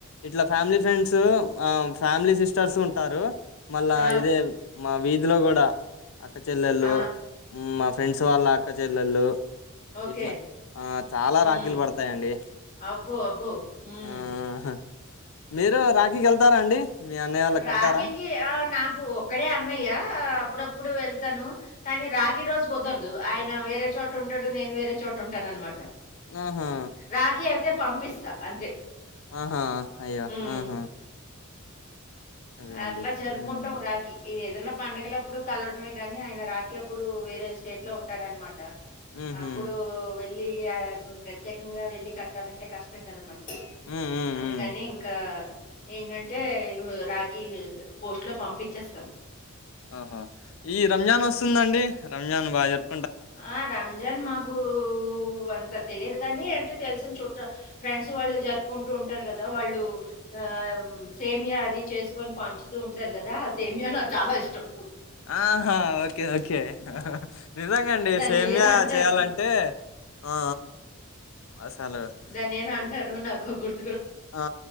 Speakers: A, on the left; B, on the left.
A: ఇట్లా ఫ్యామిలీ ఫ్రెండ్స్ ఆ ఫ్యామిలీ సిస్టర్స్ ఉంటారు మళ్ళా
B: ఆ!
A: ఇదే మా వీధిలో కూడా అక్క చెల్లెళ్ళు
B: ఆ!
A: మ్ మా ఫ్రెండ్స్ వాళ్ళ అక్క చెల్లెళ్ళు
B: ఓకే.
A: ఇట్లా ఆ చాలా
B: హ్మ్.
A: రాఖీలు పడ్ తయాండి
B: అబ్బో! అబ్బో! హ్మ్.
A: ఆహా మీరు రాఖీకేళ్తారా అండి మీ అన్నయ్య వాళ్ళకి
B: రాఖీకి
A: కడతారా
B: ఆ నాకు ఒక్కడే అన్నయ్య అప్పుడప్పుడు వెళ్తాను కానీ రాఖీ రోజు కుదరదు ఆయన వేరే చోట ఉంటాడు నేను వేరే చోట ఉంటాను అనమాట
A: ఆహా
B: రాఖీ అయితే పంపిస్తా అంతే
A: ఆహా అయ్యే
B: హ్మ్.
A: ఆహా అదే అండి
B: అట్లా జరుపుకుంటాం
A: హ్మ్
B: రాకి ఏదైనా పండుగలప్పుడు కలవడమే కానీ ఆయన రాకి అప్పుడు వేరే స్టేట్ లో ఉంటాడన్నమాట
A: ఉహు
B: అప్పుడు వెళ్ళి ప్రత్యేకంగా వెళ్లి కట్టాలంటే కష్టం కదా మన్
A: హ్మ్ హ్మ్
B: అందుకని
A: హ్మ్
B: ఇంకా ఏంటంటే రా కి పోస్ట్ లో పంపించేస్తాం
A: ఆహ ఈ రంజాన్ వస్తుందండి రంజాన్ బ జర్
B: ఆ రంజాన్ మకు కు అంత తెలియదు గాని అంటే తెలిసిన చుట్ట ఫ్రెండ్స్ వాళ్ళు జరుపుకుంటూ ఉంటారు కదా వాళ్ళు ఆ సేమియా అది చేసుకొని పంచుతూ ఉంటారు కదా ఆ సేమియా నాకు చాలా ఇష్టం
A: ఆహా ఓకే ఓకే నిజ మే అండి
B: దాన్ని
A: సేమ్య
B: ఏదో అంటారు
A: చేయాలంటే ఆ ఆ అసలు
B: దాని ఏదొ అంటారు
A: హ్మ్.
B: నాకు గుర్
A: ఆ